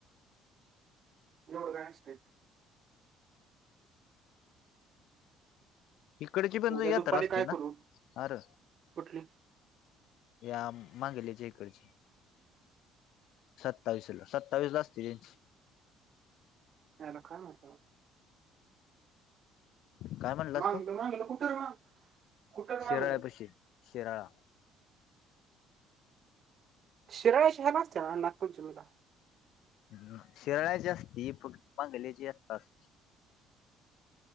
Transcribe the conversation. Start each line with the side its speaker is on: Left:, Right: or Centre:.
Right: हो रा असते
Left: इकडची पण
Right: पद्या
Left: यात्रा
Right: दुपारी
Left: असते
Right: काय
Left: ना
Right: करू
Left: अरे
Right: कुठली
Left: या मागेल्याच्या इकडची सत्तावीसला सत्तावीस ला असते त्यांची
Right: ह लोखा नात
Left: काय म्हणलास
Right: मागलं
Left: तु‌
Right: मागलं कुठं रे माग कुठं रे
Left: शिराळ्यापशी
Right: मागलं
Left: शिराळा
Right: शिराळे शहर नाचते नागपूर जुलला
Left: ह शिराळ्याची असती फक्त बांगल्याची असस् अस